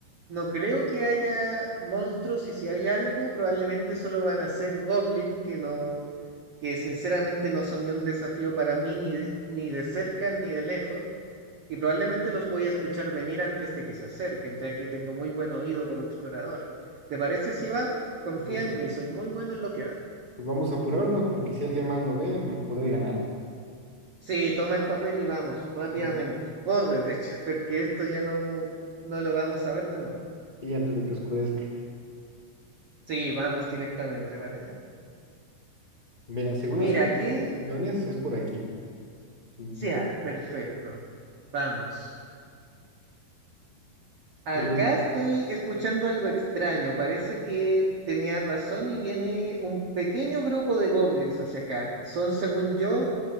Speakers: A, on the right; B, on the left.
A: no creo que haya monstruos y si hay algo, probablemente solo van a ser goblin que no, que sinceramente no son ni un desafío para mí, ni de, ni de cerca ni de lejos, y probablemente los voy a escuchar venir antes de que se acerquen, ya que tengo muy buen oído como explorador. ¿Te parece si vamos? Confía
B: Y, Pues,
A: en mí, soy muy bueno en lo que hago.
B: pues vamos a apurarnos porque si alguien más lo ve nos puede ganar.
A: Sí, toma el papel y vamos, rápidamente.
B: Vamos.
A: Corre, de hecho, <laughs> porque esto ya no, no lo vamos a ver de nuevo.
B: Y antes de que oscurezca.
A: Sí, vamos directamente para allá.
B: Mira, según las
A: Mira,
B: indicaciones
A: aquí,
B: es por aquí. Mm,
A: ya, perfecto. Vamos. Acá
B: Logro
A: estoy escuchando algo extraño. Parece que tenía razón y viene un pequeño grupo de goblins hacia acá. Son, según yo,